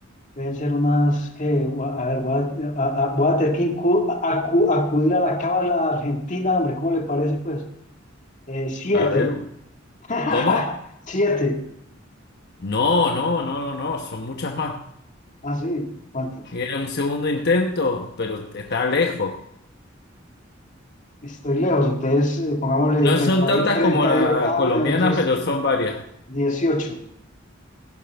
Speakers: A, on the left; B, on the left.
A: Deben ser unas que, a ver, voy a, a- a- voy a tener que incu- acu- acudir a la cábala argentina, hombre, ¿cómo le parece, pues? Eh, siete.
B: A ver,
A: <laughs>
B: ¿cómo?
A: Siete.
B: No, no, no, no, no, son muchas más.
A: Ah, sí, ¿cuántas?
B: Era un segundo intento, pero está lejos.
A: Estoy lejos, entonces eh, pongámosle
B: No
A: 30,
B: son tantas
A: y- 30.
B: como la
A: y- Ah,
B: colombiana,
A: bueno, entonces
B: pero son varias.
A: dieciocho.